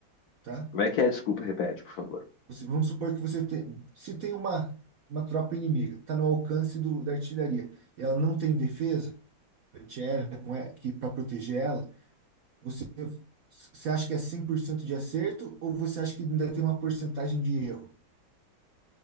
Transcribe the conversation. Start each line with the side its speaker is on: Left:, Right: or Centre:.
Right: tá?
Left: Como é que é? Desculpa, repete, por favor.
Right: Você- vamos supor que você tem, se tem uma, uma tropa inimiga, está no alcance do, da artilharia, e ela não tem defesa antiaérea com e- que para proteger ela, você Você acha que é 100% de acerto ou você acha que ainda tem uma porcentagem de erro?